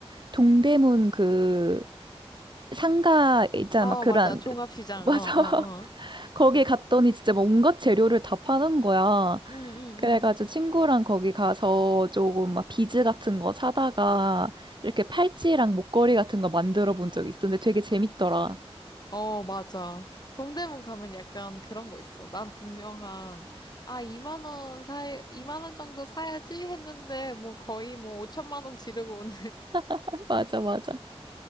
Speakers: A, on the right; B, on the left.
A: 동대문 그 상가 있잖아.
B: 어,
A: 막 그런,
B: 맞아. 종합시장.
A: <laughs> 맞아.
B: 어, 어, 어.
A: 거기 갔더니 진짜 뭐 온갖 재료를 다 파는 거야.
B: 응, 응,
A: 그래가지고
B: 응.
A: 친구랑 거기 가서 조금 막 비즈 같은 거 사다가 이렇게 팔찌랑 목걸이 같은 거 만들어 본 적이 있었는데 되게 재밌더라.
B: 어, 맞아. 동대문 가면 약간 그런 거 있어. 난 분명한, 아, 2만 원 사, 이만 원 정도 사야지 했는데, 뭐 거의 뭐 5천만 원 지르고 오는
A: <laughs> 맞아, 맞아.